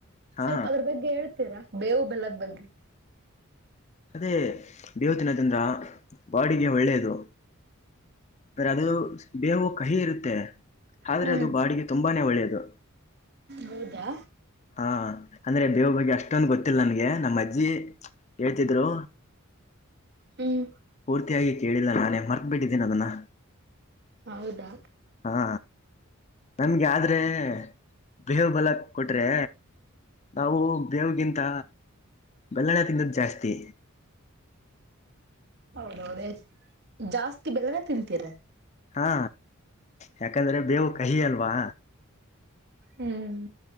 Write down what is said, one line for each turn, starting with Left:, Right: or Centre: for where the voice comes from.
Left: ಹಾ
Right: ಸ್ವಲ್ಪ ಅದ್ರ ಬಗ್ಗೆ ಹೇಳ್ತೀರಾ ಬೇವು ಬೆಲ್ಲದ ಬಗ್ಗೆ.
Left: ಅದೇ ಬೇವತ್ತಿನದಿಂದ. ಬಾಡಿಗೆ ಒಳ್ಳೇದು ಖರೆ ಅದು ಬೇವು ಕಹಿ ಇರುತ್ತೆ. ಆದ್ರೆ
Right: ಹ್ಮ್
Left: ಅದು ಬಾಡಿಗೆ ತುಂಬಾನೇ ಒಳ್ಳೆಯದು.
Right: ಹೌದಾ.
Left: ಹಾ ಅಂದ್ರೆ ಬೇವ ಬಗ್ಗೆ ಅಷ್ಟೊಂದು ಗೊತ್ತಿಲ್ಲ ನನ್ಗೆ ನಮ್ಮಜ್ಜಿ. ತಿದ್ರು.
Right: ಹ್ಮ.
Left: ಪೂರ್ತಿಯಾಗಿ ಕೇಳಿಲ್ಲ ನಾನೇ ಮರ್ತ್ಬಿಟ್ಟಿದ್ದೀನ ಅದನ್ನ.
Right: ಹೌದಾ
Left: ಹಾ ನನ್ಗೆ ಆದ್ರೆ ಬೇವು ಬೆಲ್ಲ ಕೊಟ್ರೆ. ನಾವು ಬೇವುಗಿಂತ ಬೆಲ್ಲನೆ ತಿಂದದ ಜಾಸ್ತಿ.
Right: ಹೌದೌದ ಎಸ್ ಜಾಸ್ತಿ ಬೆಲ್ಲನೆ ತಿಂತೀರ.
Left: ಹಾ ಯಾಕಂದ್ರೆ ಬೇವು ಕಹಿ ಅಲ್ವಾ.
Right: ಹ್ಮ್